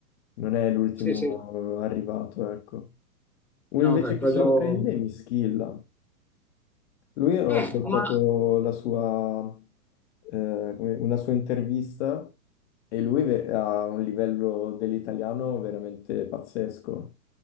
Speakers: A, on the left; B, in the centre.
A: non è l'ultimo
B: Sì, sì.
A: arrivato, ecco. Uno
B: No,
A: invece
B: per quello...
A: che sorprende è Mischilla. Lui ho ascoltato
B: Eh, ma...
A: la sua, eh, come- una sua intervista e lui ve- ha un livello dell'italiano veramente pazzesco.